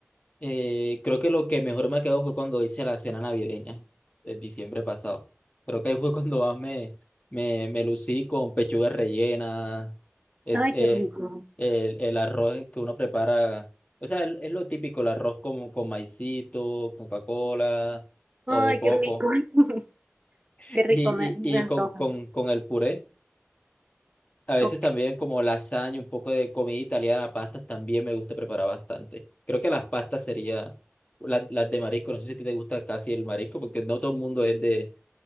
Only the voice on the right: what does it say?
Ay,
qué rico.
Ay,
qué rico. <laughs>
Qué rico,
me, me
antoja.
Ok.